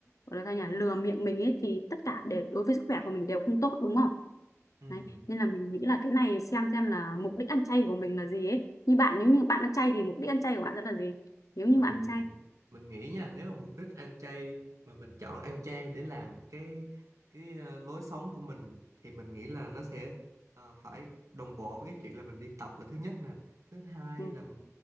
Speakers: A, on the left; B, on the right.
A: gọi là sao nhỉ lừa miệng mình ấy thì tất cả đều đối với sức khỏe của mình đều không tốt đúng không
B: Ừ.
A: Đấy. Nên là mình nghĩ là cái này xem xem là mục đích ăn chay của mình là gì ấy. Như bạn nếu như bạn ăn chay thì mục đích ăn chay của bạn sẽ là gì? Nếu như
B: mình
A: bạn ăn chay.
B: mình nghĩ nha nếu mà mục đích ăn chay mà mình chọn ăn chay để làm cái cái ờ, lối sống của mình thì mình nghĩ là nó sẽ ờ, phải đồng bộ với cái chuyện là mình đi tập là thứ nhất nè thứ hai
A: Ừ.
B: là m-